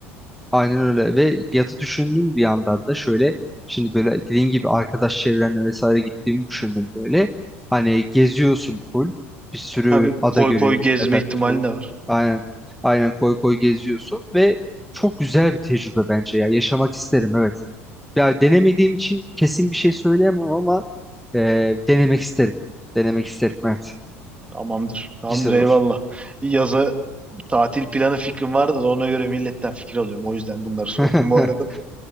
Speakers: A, in the centre; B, on the right (about 15°).
A: Aynen öyle. Ve yatı düşündüm bir yandan da şöyle şimdi böyle dediğin gibi arkadaş çevrenle vesaire gittiğimi düşündüm böyle. Hani geziyorsun full. Bir sürü
B: Tabii
A: ada
B: koy
A: görüyorsun
B: koy gezme
A: efendim
B: ihtimali
A: söyleyeyim.
B: de var.
A: Aynen. Aynen koy koy geziyorsun ve çok güzel bir tecrübe bence ya. Yaşamak isterim evet. Ya denemediğim için kesin bir şey söyleyemem ama e, denemek isterim. Denemek isterim evet.
B: Tamamdır. Tamamdır
A: Güzel
B: eyvallah.
A: olur.
B: Yaza tatil planı fikrim vardı da ona göre milletten fikir alıyorum. O yüzden bunları
A: <laughs>
B: sordum bu arada.